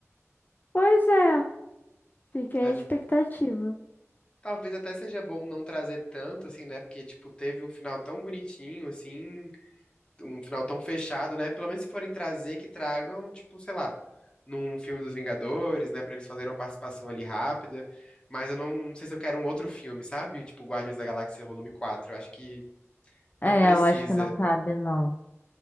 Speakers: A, on the left (about 35°); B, on the left (about 20°).
A: Pois é, fiquei
B: É,
A: a expectativa.
B: talvez até seja bom não trazer tanto assim, né? Porque tipo, teve um final tão bonitinho assim, um final tão fechado, né? Pelo menos se forem trazer, que tragam, tipo, sei lá, num filme dos Vingadores, né? Pra eles fazerem uma participação ali rápida. Mas eu não, não sei se eu quero um outro filme, sabe? Tipo, Guardiões da Galáxia Volume Quatro, Eu acho que
A: É,
B: não precisa.
A: eu acho que não cabe, não.